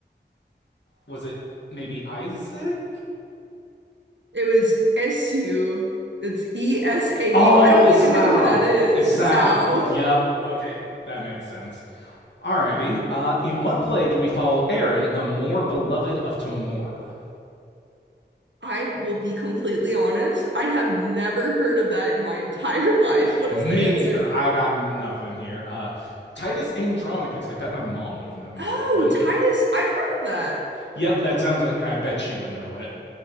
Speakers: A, on the left; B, on the right.
A: was it maybe Isaac?
B: It was Esau. It's E-S-A-U.
A: Oh,
B: I don't
A: Esau.
B: even know who that is.
A: Esau.
B: Esau.
A: Yep. Okay, that makes sense. Alrighty. Uh, in what play do we follow Aaron, a more beloved of Tamora?
B: I will be completely honest. I have never heard of that in my entire <laughs> life. What
A: Me
B: is the answer?
A: neither. I got nothing here. Uh, Titus Andronicus. I bet my mom would have known
B: Oh,
A: that one.
B: Titus. I've heard of that.
A: Yep, that sounds like I bet she would know it.